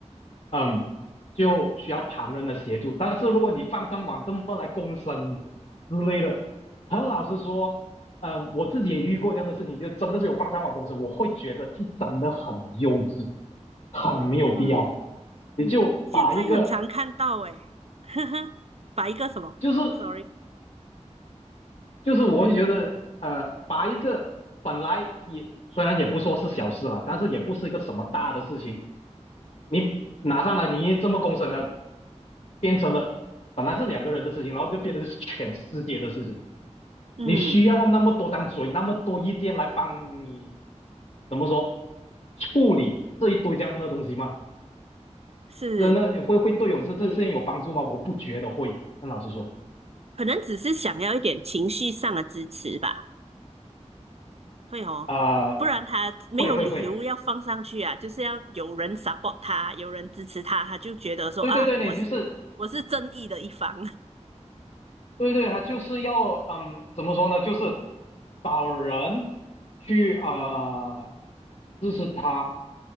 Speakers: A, on the left; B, on the right.
A: 嗯，就需要旁人的协助。但是如果你放上网这么来公审之类的，很老实说，嗯，我自己也遇过这样的事情，就真的是有放上网公审，我会觉得是真的很幼稚，很没有必要。
B: 嗯，
A: 你嗯就把一个，
B: 现在很常看到诶，<laughs> 呵呵，把一个什么，sorry，
A: 就是就是，我会觉得，呃，把一个本来也虽然也不说是小事啦，但是也不是一个什么大的事情。你拿上来，你这么公审了，变成了本来是两个人的事情，然后就变成是全世界的事情。
B: 嗯，
A: 你需要那么多张嘴，那么多意见来帮你怎么说处理这一堆这样的东西吗？
B: 是，
A: 真的会会对我这这些有帮助吗？我不觉得会。那老师说，
B: 可能只是想要一点情绪上的支持吧，会哦，
A: 啊、呃
B: 不然他没有理由要放上去啊，
A: 会会会，
B: 就是要有人 support 他，有人支持他，他就觉得说啊，
A: 对对对，你就是
B: 我是我是正义的一方，
A: 对对，他就是要嗯，怎么说呢？就是找人去啊、呃支持他，